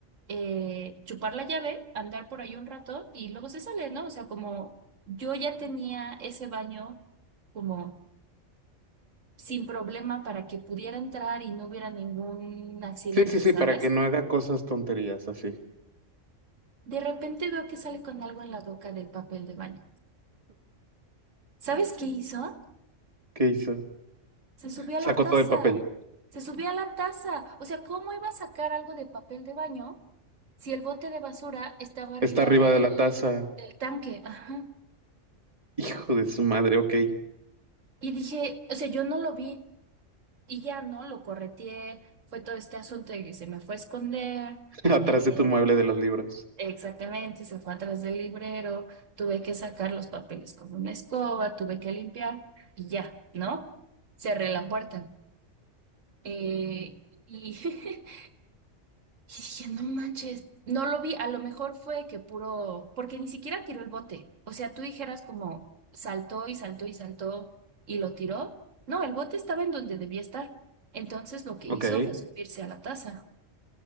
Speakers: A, on the right; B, on the right.
A: eh, chupar la llave, andar por ahí un rato y luego se sale, ¿no? O sea, como yo ya tenía ese baño como sin problema para que pudiera entrar y no hubiera ningún accidente,
B: Sí, sí, sí,
A: ¿sabes?
B: para que no haga cosas tonterías así.
A: De repente veo que sale con algo en la boca del papel de baño. ¿Sabes qué hizo?
B: ¿Qué hizo?
A: Se subió
B: Sacó
A: a la taza.
B: todo el papel.
A: Se subió a la taza. O sea, ¿cómo iba a sacar algo de papel de baño si el bote de basura estaba arriba
B: Está arriba
A: del,
B: de la taza.
A: del tanque? Ajá.
B: Hijo de su madre, ok.
A: Y dije, o sea, yo no lo vi y ya no lo correteé. Fue todo este asunto de que se me fue a esconder.
B: <laughs> Atrás
A: eh,
B: de tu mueble de los libros.
A: exactamente, se fue atrás del librero. Tuve que sacar los papeles con una escoba, tuve que limpiar y ya, ¿no? Cerré la puerta. eh, y <laughs> Y dije, no manches, no lo vi, a lo mejor fue que puro, porque ni siquiera tiró el bote. O sea, tú dijeras como saltó y saltó y saltó y lo tiró. No, el bote estaba en donde debía estar. Entonces lo que
B: Ok.
A: hizo
B: Hijo
A: fue subirse a la taza